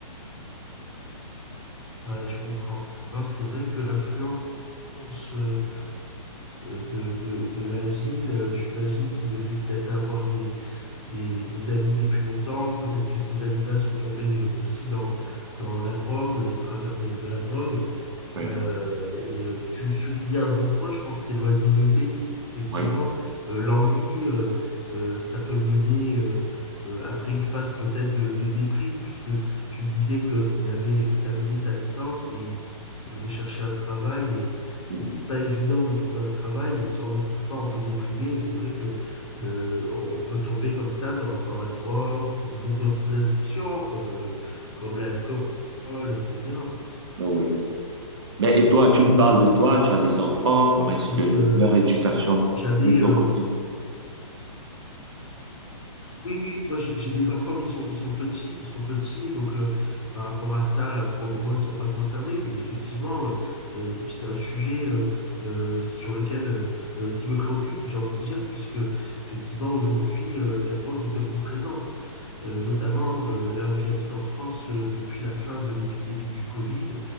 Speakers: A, on the left; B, on the right.
A: Ah ouais, je comprends. Hein, c'est vrai que l'influence sens, euh, euh, de, de, de la ville. Euh, J'imagine qu'il devait peut-être avoir des, des, des amis depuis longtemps. Peut-être que ces amis-là sont tombés euh, aussi dans, dans la drogue, les travers de, de la drogue.
B: Oui,
A: Euh, et euh, tu soulignais un bon point, je pense, c'est l'oisiveté. Effectivement,
B: oui.
A: Euh, l'ennui, euh, euh, ça peut mener euh, euh, après une phase peut-être de, de déprime, puisque tu me disais qu'il avait terminé sa licence et il devait chercher un travail, et c'est
B: Mhm.
A: pas évident de trouver un travail, et si on n'en trouve pas, on peut déprimer, et c'est vrai que euh, on on peut tomber comme ça dans, dans la drogue ou dans d'autres addictions comme, euh, comme l'alcool, etc.
B: Ah oui. Ben, et toi, tu me parles de toi, tu as des enfants, comment est-ce
A: Et
B: que
A: euh,
B: leur éducation
A: si jamais,
B: de ton
A: euh,
B: côté?
A: oui, oui, moi j'ai j'ai des enfants, mais ils sont, ils sont petits, ils sont petits, donc euh, par rapport à ça, là, pour le moment, ils sont pas concernés, mais effectivement, euh, euh, c'est un sujet euh, euh, sur lequel euh, euh, qui me préoccupe, j'ai envie de dire, puisque effectivement aujourd'hui, euh, la drogue est omniprésente, Euh, notamment euh, là où j'habite en France euh, depuis la fin de l'épidémie du Covid,